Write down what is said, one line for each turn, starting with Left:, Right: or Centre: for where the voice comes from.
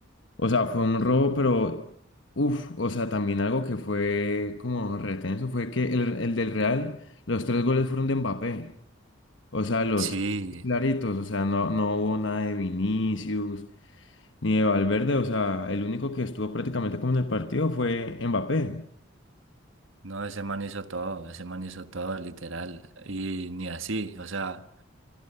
Left: o sea, fue un robo, pero, uff, o sea, también algo que fue como retenso fue que el, el del Real, los tres goles fueron de Mbappé. O sea, los
Right: Sí,
Left: claritos, o sea, no, no hubo nada de Vinicius, Ni de Valverde, o sea, el único que estuvo prácticamente como en el partido fue Mbappé.
Right: no, ese man hizo todo, ese man hizo todo, literal. Y ni así, o sea.